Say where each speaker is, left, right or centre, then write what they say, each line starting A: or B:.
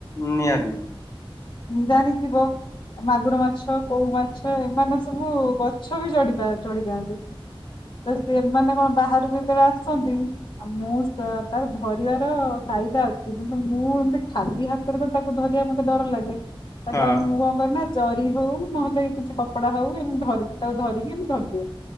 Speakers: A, on the left; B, on the left.
A: ହ ନିହାଦି।
B: ଜାଣିଥିବ ମାଗୁର ମାଛ କଉ ମାଛ ଏମାନେ ସବୁ ଗଛ ବି ଚଢ଼ି ପାର ଚଢ଼ି ଯାଆନ୍ତି। ତ ସେମାନେ କଣ ବାହାରକୁ ଯେତବେଳେ ଆସନ୍ତି ଆଉ ମୁଁ ତାର ସେ ଧରିବାର କାଇଦା ଅଛି କିନ୍ତୁ ମୁଁ ଏମିତି ଖାଲି ହାତରେ ବି ତାକୁ ଧରିବାକୁ ମତେ ଡର ଲାଗେ।
A: ହଁ।
B: ତା ମୁ ହ କର ନା ଜରି ହଉ ନହେଲେ କିଛି କପଡା ହଉ ଏମ ଧରିକି ତାକୁ ଧରିଦିଏ।